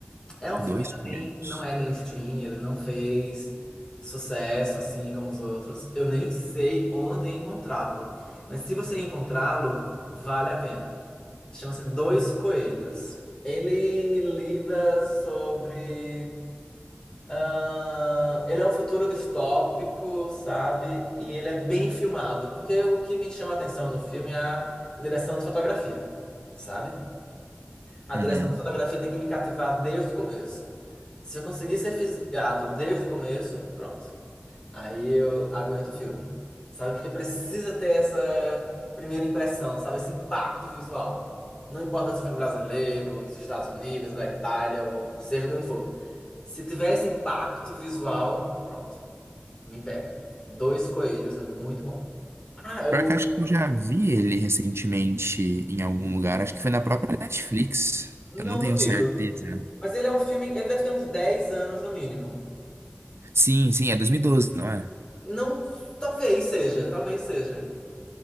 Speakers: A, on the left (about 20°); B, on the right (about 85°).
A: É um filme
B: Dois
A: também
B: primeiros.
A: que não é mainstream, ele não fez sucesso assim como os outros. Eu nem sei onde encontrá-lo. Mas se você encontrá-lo, vale a pena. Chama-se Dois Coelhos. Ele lida sobre. ah, ele é um futuro distópico, sabe? E ele é bem filmado. Porque o que me chama a atenção no filme é a direção de fotografia, sabe? A
B: Uhum.
A: direção de fotografia tem que me cativar desde o começo. Se eu conseguir ser fisgado desde o começo, pronto. Aí eu aguento o filme. Sabe? Porque precisa ter essa primeira impressão, sabe? Esse impacto visual. Não importa se o filme é brasileiro, ou dos Estados Unidos, ou da Itália, ou seja de onde for. Se tiver esse impacto visual, pronto. Me pega. Dois Coelhos é muito bom. Ah, eu
B: Pior que eu acho que eu já vi ele recentemente em algum lugar. Acho que foi na própria Netflix.
A: não
B: Eu não tenho
A: duvido.
B: certeza.
A: Mas ele é um filme, ele deve ter uns 10 anos no mínimo.
B: Sim, sim, é 2012, não é?
A: Não, talvez seja, talvez seja.